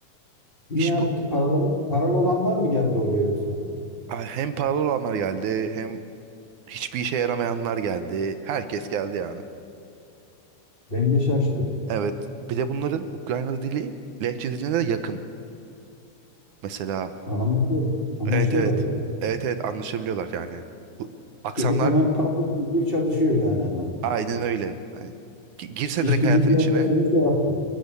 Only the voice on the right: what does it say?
İş
bu
Ha, hem paralı olanlar geldi hem hiçbir işe yaramayanlar geldi. Herkes geldi yani.
Evet. Bir de bunların Ukrayna dili Lehçe diline de yakın. Mesela.
Evet evet.
Evet evet anlaşabiliyorlar yani. Bu aksanlar
Aynen öyle. Yani gi- girse
direkt
hayatın
içine.